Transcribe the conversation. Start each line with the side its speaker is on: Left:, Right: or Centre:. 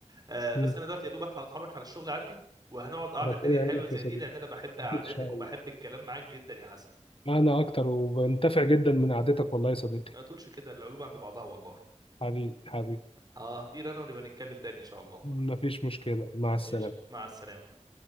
Right: آه بس
Left: مم.
Right: أنا دلوقتي يا دوب ألحق أتحرك على الشغل عندي وهنقعد قعدة
Left: ربنا
Right: تانية
Left: يعينك
Right: حلوة زي
Left: يا صديقي
Right: دي لأن أنا بحب قعداتك
Left: <laughs> ان شاء
Right: وبحب
Left: الله
Right: الكلام معاك جدا يا حسن
Left: أنا أكتر وبنتفع جدا من قعدتك والله يا صديقي
Right: ما تقولش كده القلوب عند بعضها والله
Left: حبيبي حبيبي
Right: اه هطير انا ونبقى نتكلم تاني ان شاء الله
Left: مفيش مشكلة مع
Right: ماشي
Left: السلامة
Right: مع السلامة